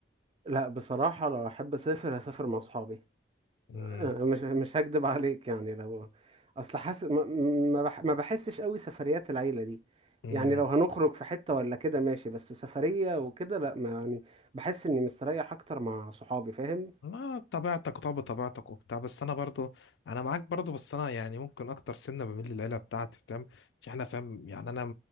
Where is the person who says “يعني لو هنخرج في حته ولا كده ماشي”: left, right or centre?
Right